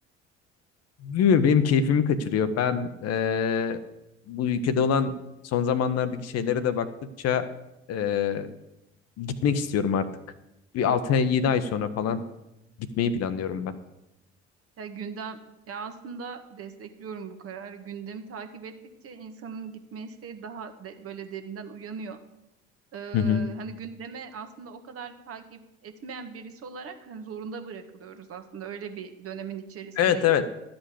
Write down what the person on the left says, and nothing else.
Bilmiyorum, benim keyfimi kaçırıyor. Ben eee, bu ülkede olan son zamanlardaki şeylere de baktıkça eee, gitmek istiyorum artık. Bir altı ay, yedi ay sonra falan gitmeyi planlıyorum ben.
Hı hı.
Evet evet.